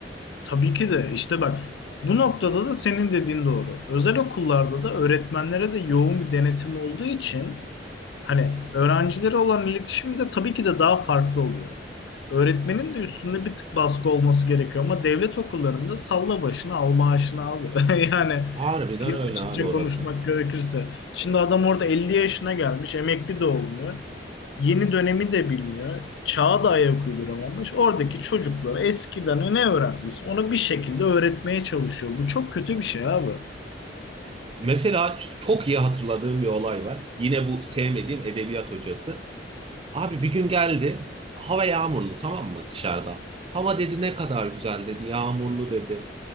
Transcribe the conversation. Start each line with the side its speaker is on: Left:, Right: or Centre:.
Left: Tabii ki de işte bak bu noktada da senin dediğin doğru. Özel okullarda da öğretmenlere de yoğun bir denetim olduğu için Hani öğrencilere olan iletişim de tabii ki de daha farklı oluyor. Öğretmenin de üstünde bir tık baskı olması gerekiyor ama devlet okullarında salla başını al maaşını abi. <laughs> Yani
Right: Harbiden
Left: ki
Right: öyle
Left: açıkça
Right: abi orası.
Left: konuşmak gerekirse. Şimdi adam orada 50 yaşına gelmiş, emekli de olmuyor. Yeni dönemi de bilmiyor. Çağa da ayak uyduramamış. Oradaki çocuklara eskiden ne öğrendiyse onu bir şekilde öğretmeye çalışıyor. Bu çok kötü bir şey abi.
Right: Mesela çok iyi hatırladığım bir olay var. Yine bu sevmediğim edebiyat hocası. Abi bir gün geldi. Hava yağmurlu tamam mı dışarıda? Hava dedi ne kadar güzel dedi. Yağmurlu dedi.